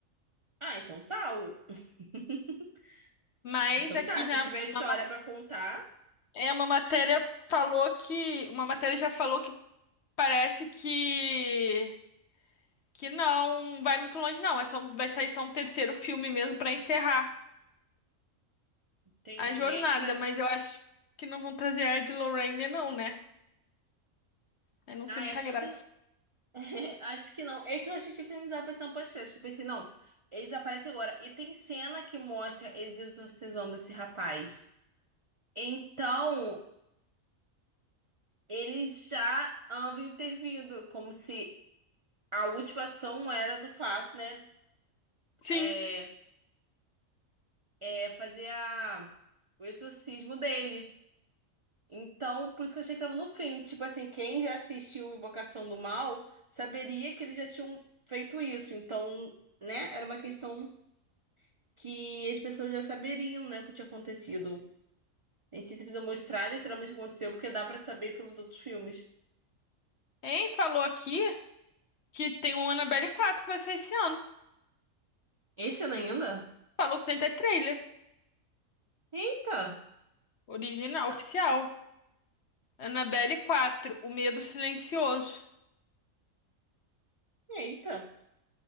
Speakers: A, on the right (about 50°); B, on the left (about 60°).
A: Ah, então tá. o- <laughs>
B: Mas
A: Então
B: aqui
A: tá, se
B: já
A: tiver história
B: uma, ma-
A: pra contar,
B: é uma matéria falou que uma matéria já falou que parece que que não vai muito longe, não. É só, vai sair só um terceiro filme mesmo pra encerrar
A: entendi.
B: a jornada,
A: É que pra...
B: mas eu acho que não vão trazer a Ed Lorraine, não, né? Aí não tem
A: Ah,
B: muita
A: acho
B: graça.
A: que. <laughs> Acho que não. É que eu achei que tinha finalizado aparecendo no podcast. que Eu pensei, não, eles aparecem agora. E tem cena que mostra eles exorcizando esse rapaz. Então, eles já haviam intervindo, como se a última ação era do fato, né?
B: Sim,
A: É, é fazer a, o exorcismo dele. Então, por isso que eu achei que tava no fim. Tipo assim, quem já assistiu Invocação do Mal saberia que eles já tinham feito isso. Então, né? Era uma questão. que as pessoas já saberiam, né, o que tinha acontecido. A gente precisa mostrar literalmente o que aconteceu, porque dá pra saber pelos outros filmes.
B: hein? Falou aqui que tem um Annabelle 4 que vai sair esse ano.
A: Esse ano ainda?
B: Falou que tem até trailer.
A: Eita!
B: Original, oficial.
A: Ah,
B: Annabelle 4, O Medo Silencioso.
A: Eita!